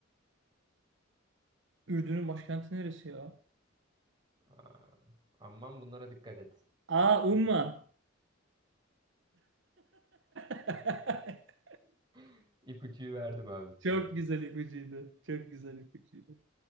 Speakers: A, on the right; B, on the right.
A: Ürdün'ün başkenti neresi ya?
B: Aa, aman bunlara dikkat et.
A: Aa
B: İpucu.
A: Umman. <laughs>
B: <gasps> <laughs> İpucuyu verdim abi
A: Çok
B: sana.
A: güzel ipucuydu. Çok güzel ipucuydu.